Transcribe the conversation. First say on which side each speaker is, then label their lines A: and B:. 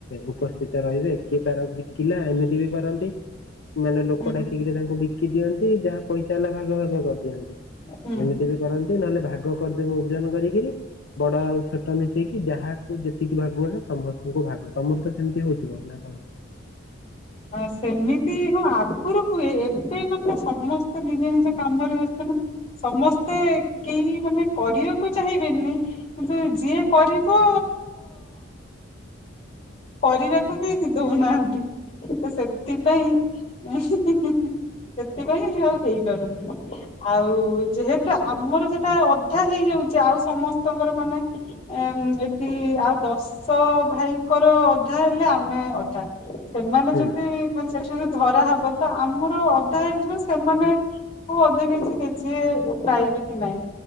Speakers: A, on the left; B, on the left.
A: ଉପସ୍ଥିତ ରହିବେ କିଏ ତାର ବିକିଲା ଏମିତି ବି କରନ୍ତି। ମାନେ ଲୋକ
B: ହୁଁ
A: ଡାକିକିରି ତାଙ୍କୁ ବିକି ଦିଅନ୍ତି ଯାହା ପଇସା ହେଲା ଭାଗ ଭାଗ କରିଦିଅନ୍ତି।
B: ହୁଁ।
A: ଏମିତି ବି କରନ୍ତି ନହେଲେ ଭାଗ କରିଦେବ ଓଜନ କରିକିରି। ବଡ ଆଉ ଛୋଟ ମିଶେଇକି ଯାହାକୁ ଯେତିକି ଭାଗୁଗଲେ ସମସ୍ତଙ୍କୁ ଭାଗୁ। ତମର ତ ସେମିତି ହଉଥିବ ନା କଣ।
B: ଆ ସେମିତି ହଁ ଆଗଗରୁ ହୁଏ। ଏତେ ମାନେ ସମସ୍ତେ ନିଜେ ନିଜ ବ୍ୟସ୍ତ ନା। ସମସ୍ତେ କେହି ମାନେ କରିବାକୁ ଚାହିଁବେନି କିନ୍ତୁ ଯିଏ କରିବ କରିବାକୁ ବି ଦଉନାହାନ୍ତି। ତ ସେଥିପାଇଁ ଉଁ-ହିଁ-ହିଁ-ହିଁ ସେଥିପାଇଁ ଆଉ ହେଇପାରୁନି। ଆଉ ଯେହେତୁ ଆମର ସେଟା ଅଧା ହେଇଯାଉଛି ଆଉ ସମସ୍ତଙ୍କର ମାନେ ଏ ଏଠି ଆଉ ଦଶ ଭାଇଙ୍କର ଅଧା ହେଲେ ଆମେ ଅଧା। ସେମାନେ
A: ହୁଁ
B: ଯଦି ମାନେ ସେଠି ଯଦି ଧରା ହବ ତ ଆମର ଅଧା ହେଇଜିବ ସେମାନେ କୋଉ ଅଧା କେଜି କେଜିଏ ପାଇବେ କି ନାହିଁ।